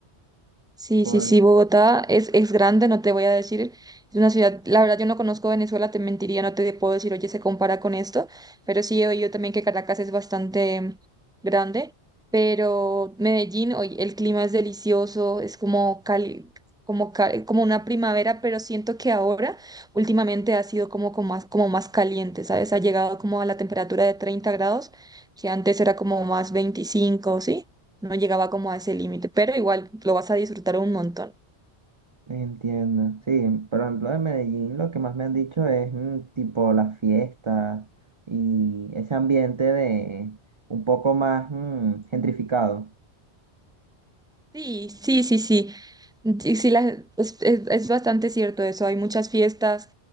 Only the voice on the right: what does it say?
Por,
Entiendo, sí, por ejemplo, en Medellín lo que más me han dicho es mm, tipo las fiestas y ese ambiente de un poco más mm, gentrificado.